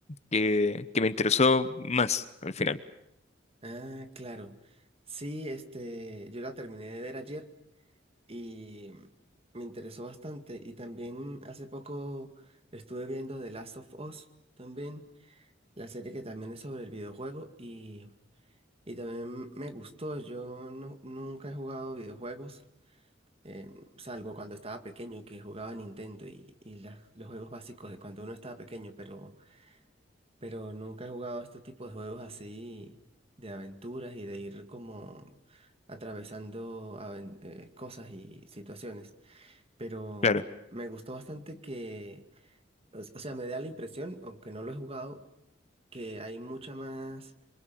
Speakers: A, on the left; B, on the right.
A: que, que me interesó más al final,
B: ah, claro. Sí, este, yo la terminé de ver ayer. y me interesó bastante. Y también hace poco estuve viendo The Last of Us, también, la serie que también es sobre el videojuego y, y también me gustó. Yo no- nunca he jugado videojuegos, eh, salvo cuando estaba pequeño, que jugaba Nintendo y, y la- los juegos básicos de cuando uno estaba pequeño, pero, pero nunca he jugado este tipo de juegos así de aventuras y de ir como atravesando aven- eh, cosas y situaciones pero
A: claro.
B: me gustó bastante que, o o sea, me da la impresión, aunque no lo he jugado, que hay mucha más,